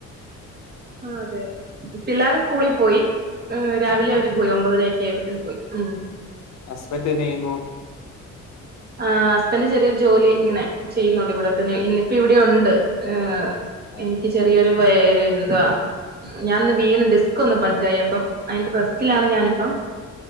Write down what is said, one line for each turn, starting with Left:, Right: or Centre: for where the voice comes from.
Right: അതെ അതെ പിള്ളേര് സ്കൂളിൽ പോയി മ്മ് രാവിലെ അവര് പോയി ഒമ്പതണി <unintelligible> പോയി മ്മ്
Left: ഹസ്ബന്റ് ന്തെയ്യുന്നു
Right: ആ ഹസ്ബന്റ് ചെറിയൊരു ജോലി ഇങ്ങനെ ചെയ്യുന്നുണ്ട് ഇവിടെത്തന്നെ ഇന്നിപ്പോ ഇവിടെയുണ്ട് ഹ്
Left: ആ,
Right: എനിക്ക് ചെറിയൊരു വേണ്ട ഞാൻ ഇന്ന് വീണ് ഡിസ്ക്കോന്ന് ബൾജയപ്പം അയ്ന്റെ റെസ്റ്റിലാ ഞാനിപ്പം